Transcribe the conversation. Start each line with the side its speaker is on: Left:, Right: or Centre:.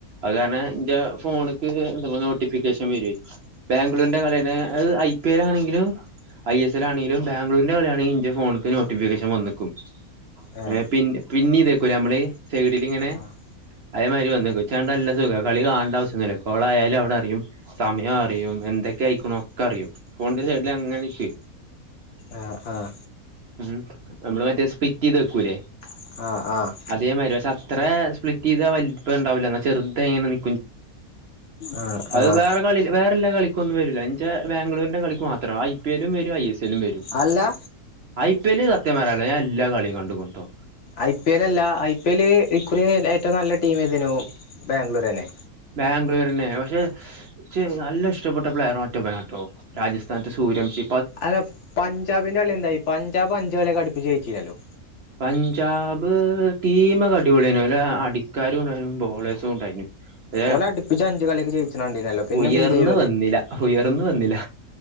Right: അതാണ്െ ഫോണക്ക് എന്താ നോട്ടിഫിക്കേഷൻ വരു ബാംഗ്ലൂരിന്റെ കല അത് ഐ പി എൽ ആണെങ്കിലും ഐ എസ് എൽ ആണെങ്കിലും ബാംഗ്ലൂരിന്റെ കളിാണെങ്കിലും ഇന്റെ ഫോണക്ക് നോട്ടിഫിക്കേഷൻ വന്നക്കും
Left: ഏഹ്
Right: ഏർ പി പിന്നെതക്കൂല നമ്മള് സൈഡിൽിങ്ങനെ
Left: ആഹ്
Right: അതേ മരി വന്നു കൊച്ചാണ്ടല്ല സുഖം കളി കാണണ്ടവശ്യൊന്നുമില്ല ഗോളായയാല അവിടെ അറിയും സമയം അറിയും എന്തൊക്കെ അയിക്കണ ഒക്കെ അറിയും ല്ല അങ്ങനക്ക്
Left: ആഹ ആഹ
Right: ഉം നമ്മള് മറ്റേ സ്പിറ്റ് ചെയ്ത് വെക്കൂല്ലേ
Left: ആഹ് ആഹ്
Right: അതേമാതിരി പക്ഷെ അത്ര സ്പ്ലിറ്റ് ചെയ്ത വലിപ്പ ഉണ്ടാവില്ല എന്നാ ചെറുത എങ്ങനെ ന
Left: ആഹ്
Right: അത്
Left: ആഹ്
Right: വേറെ കളി വേ <unintelligible> കളിക്കൊന്നുംരില്ലാ ബാംഗലൂരിന്റെ കളക്ക് മാത്രം ഐ പി എല്ലും വരും ഐ എസ് വരും
Left: അല്ല
Right: ഐ പി എല്ല സത്യമാരല്ല ഞാൻ എല്ലാ കളിയും കണ്ടട്ടോ
Left: ഐ പി എൽ അല്ല ഐ പി എല് ഇക്കുറി ഏറ്റവും നല്ല ടീം ഏതരുന്നു ബാംഗ്ലൂര് തന്നെ
Right: ബാംഗ്ലൂർന്നെ പക്ഷെ നല്ല ഇഷ്ടപ്പെട്ട പ്ലെയർ മറ്റൊപ്പനാട്ടോ രാജസ്ഥാനത്തെ സൂര്യംശി
Left: അത പഞ്ചാബിന്റെ കളി എന്തായി പഞ്ചാ് പഞ്ചാബളിയെ കടുപ്പിച്ച കഴിച്ചിരല്ലോ
Right: പഞ്ചാബ് ടീമൊക്കെ അടിപൊളിയന അല്ല അടിക്കാരും ഉണ്ടായിും ബോളേഴ്സും ഉണ്ടായിനും അേ
Left: ഓല് അടുപ്പിച്ച് അഞ്ച് കളിയൊക്കെ ജയിച്ചണ കണ്ടീനല്ലോ പിന്നെ
Right: ഉയർന്ന
Left: എന്തിയായി
Right: വന്നില്ല ഉയർന്ന വന്നില്ല